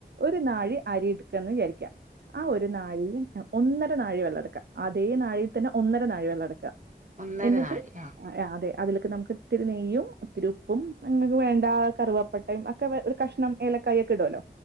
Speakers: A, on the right; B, on the right.
A: ഒരു നാഴി അരി എടുക്കാന്ന് വിചാരിക്കാ ആഹ് ഒരു നാഴി ഒന്നര നാഴി വെള്ളം എടുക്കാ അതേ നാഴിയിൽ തന്നെ ഒന്നര നാഴി വെള്ളം എടുക്കുക
B: ഒന്നര
A: എന്നിട്ട്
B: നാഴി ആഹ്
A: അതെ അതിലേക്ക് നമുക്ക് ഇത്തിരി നെയ്യും ഇത്തിരി ഉപ്പും നിങ്ങക്ക് വേണ്ട കറുവപ്പട്ടയും ഒക്കെ കഷ്ണം ഏലക്കായ ഒക്കെ ഇടുവല്ലോ